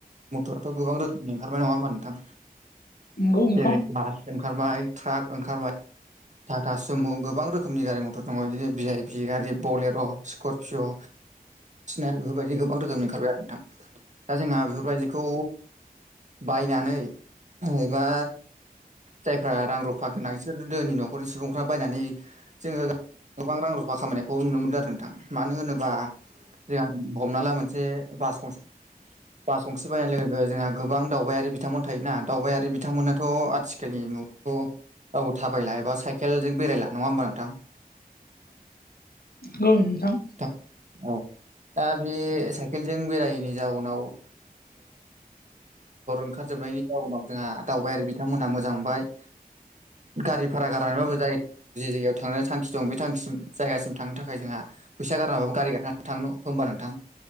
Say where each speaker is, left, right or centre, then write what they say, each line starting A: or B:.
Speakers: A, on the right; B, on the left.
A: मटराथ' गोबां रोखोमनि ओंखारबाय नङा होमबा नोंथां?
B: नोंगौ नोंथां नोंगौ
A: जेरै बास ओंखारबाय ट्राक ओंखारबाय टाटा सुमु गोबां रोखोमनि गारि मथर दङ' बिदिनो भि आइ पि गारि बलेर' स्करपिय' <unintelligible> बेफोरबायदि गोबां रोखोमनि ओंखारबाय आरो नोंथां दा जोंहा बेफोरबायदिखौ बायनानै एबा जायफोरा रां रुफा गोनां बिसोर दोनि न'खरनि सुबुंफ्रा बायनानै जोङो गोबां रां रुफा खामायनायखौ नुनो मोनदों आरो नोंथां मानो होनोबा जोंहा हमना ला मोनसे बास गंसे बास गंसे बायनाय लोगो जोंहा गोबां दावबायारि बिथांमोन थायोना दावबायारि बिथांमोनाथ' आथिखालनि मु थ' रावबो थाबायला एबा साइकेलजों बेरायला नङा होमबा नोंथां?
B: गौ नोंथां।
A: थां औ दा बे साइकेलजों बेरायैनि जाउनाव ओ अर ओंखारजोबनायनि जाउनाव जोंहा दावबायारि बिथांमोनहा मोजां मोनबाय। गारि भारा गारनानैबाबो जाय जे जायगायाव थांनो थांखि दं बे थांखिसिम जायगासिम थांनो थाखाय जोंहा फैसा गारनाबाबो गारि गाखोनानै थांनो होमबा नोंथां